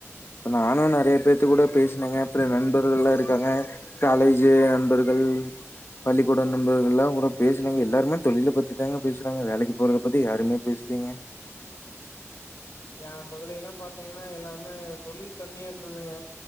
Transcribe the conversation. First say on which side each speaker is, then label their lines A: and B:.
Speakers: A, on the left; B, on the left.
A: நானும் நிறைய பேத்து கூட பேசுனேங்க நண்பர்கள் எல்லாம் இருக்காங்க காலேஜ் நண்பர்கள் பள்ளிக்கூடம் நண்பர்கள் எல்லாம் கூட பேசுனாங்க எல்லாருமே தொழில பத்தி தாங்க பேசுறாங்க வேலைக்கு போறத பத்தி யாருமே பேசுலீங்க
B: ஏன் முதல எல்லாம் பாத்தீங்கன்னா எல்லாருமே தொழில் கம்மியா இருந்ததுங்க